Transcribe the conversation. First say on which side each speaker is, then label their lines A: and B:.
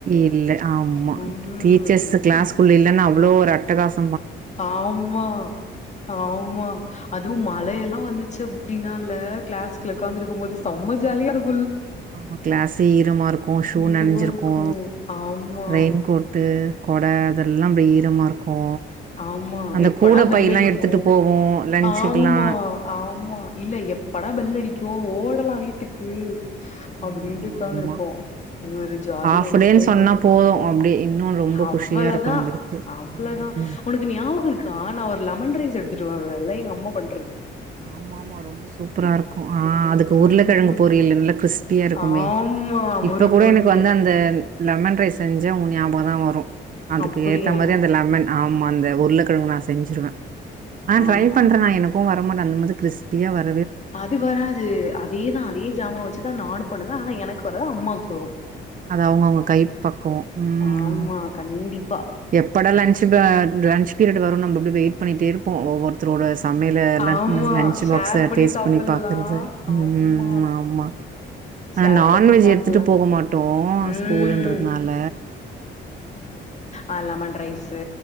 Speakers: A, on the right; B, on the left.
A: இல்ல ஆமா
B: ம்
A: டீச்சர்ஸ் க்ளஸ்குள்ள இல்லன்னா அவ்ளோ ஒரு அட்டகாஸ்
B: ஆமா ஆமா அதுவு மழையெல்லா வந்துச்சு அப்டின்னால்ல க்ளஸ்க்ல உக்காந்து இருக்கும் போது செம்ம ஜாலியா இருக்கு
A: ஆமா க்ளஸே ஈரமா இருக்கு ஷூ
B: இரவா
A: நன்ஞ்சிருக்கு‌
B: இருக்கும். ஆமா,
A: ரெய்ன் கோட்டு கொட அதெல்லா அப்டி ஈரமா இருக்கு
B: ஆமா
A: அந்த
B: எப்படா
A: கூட
B: பெல்லடிக்கு
A: பைல்லா எடுத்துட்டு போவோ லன்ச்சுக்குல்லா
B: ஆமா ஆமா இல்ல எப்படா பெல்லடிக்கு ஓடலா வீட்டு உம் அப்டின்ட்டு
A: ம்
B: உக்காந்துருப்போம்
A: ஆமா
B: இது ஒரு ஜாலி
A: ஹாஃப்
B: என்ஜாய்மெண்ட்
A: டேன்னு சொன்னா போது
B: தா
A: அப்டி இன்னு ரொம்ப
B: அவ்வளதா
A: குஷியா இருக்கு நம்மளுக்கு
B: அவ்ளதா
A: ம்
B: ஞாபகோ இருக்கா நா ஒரு லெமன் ரைஸ் எடுத்துட்டு வருவல்ல எங்க அம்மா பண்ண
A: ஆமா ஆமா ரொம்ப சூப்பரா இருக்கு ஆ அதுக்கு
B: ம்.
A: உருளக்கெழங்கு பொரியல் நல்லா கிறிஸ்பியா இருக்குமே
B: ஆமா.
A: இப்ப
B: மொறு
A: கூட
B: மொறுன்னு.
A: எனக்கு வந்து அந்த லெமன் ரைஸ் செஞ்சா உ நியாபகந்தா வரு அதுக்கு
B: அப்படியா?
A: ஏத்த மாரி அந்த லெமன் ஆம் மா அந்த உருளக்கெழங்கு நாச செஞ்சிருவ ஆனா ட்ரை
B: ஆமா.
A: பண்ற நா எனக்கு வா நமக் அந்த மாரி கிரிஸ்பியா வர
B: அது வராது அதேதா அதே ஜாமா வச்சுதா நானு பண்ணுவ ஆனா எனக்கு வராது அம்மாக்கு வரு
A: அது அவங்கவங்க கை பக்குவோ ம்
B: ஆமா, கண்டிப்பா.
A: எப்படா லன்ச் ப லன்ச் பீரியட் வருன் நம்ம அப்டி வெய்ட் பண்ணிட்டே இருப்போ ஒவ்வொருத்தரோட சமையல ல
B: ஆமா.
A: ல் லஞ்ச்
B: ஷேர்
A: பாக்ச டேஸ்ட்
B: சாப்பல்லாம்.
A: பண்ணி பாக்குறது ம்
B: ஆமா,
A: ஆமா ஆனா
B: ஷேர்
A: நான்வெஜ்
B: பண்ணி சாப்பல்லான்ட்டு.
A: எடுத்துட்டு போக மாட்டோ
B: ம்.
A: ஸ்கூலுன்றதுனால
B: ஆ லெமன் ரைஸு